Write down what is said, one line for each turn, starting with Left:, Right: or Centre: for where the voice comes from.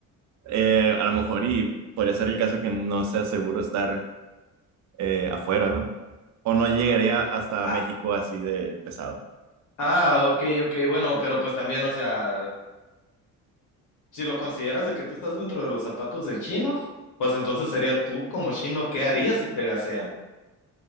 Right: eh, a lo mejor y podría ser el caso que no sea seguro estar eh, afuera, ¿no? O no
Left: Ajá.
Right: llegaría hasta
Left: Ah,
Right: México así de pesado.
Left: ah, ok, ok, bueno, pero pues también, o sea, si lo consideras de que tú estás dentro de los zapatos del chino, pues entonces sería tú como chino, ¿qué harías si te gasean?